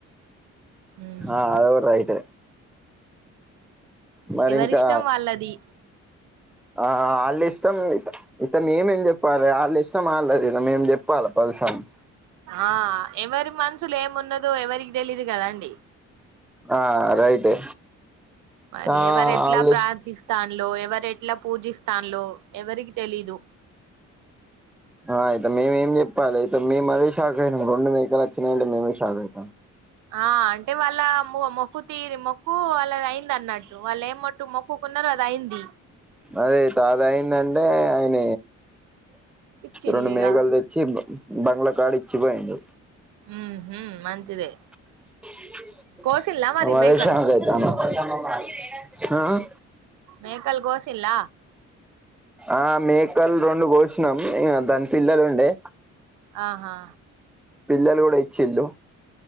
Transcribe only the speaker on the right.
ఉమ్
ఎవరిష్టం వాళ్ళది
ఆ ఎవరు మన్ సులేమున్నదో ఎవరికి తెలీయదు కదండి
మరి
ఎవరు ఎట్లా
ప్రార్థిస్
తంళ్ళో ఎవరు ఎట్లా పూజిస్థంళ్ళో ఎవరికి తెలీదు
ఆ అంటే వాళ్ళ మొక్కు తీరి మొక్కు వాళ్ళ అయింది అన్నట్టు వాళ్ళు మొట్ మొక్ క్కుకునారో అది అయింది
ఇచ్చిల్లిగా
మ్ హు మంచిదే
కోసిల్లా మరి మేకలు
మేకల్ గోసిల్ల
ఆహా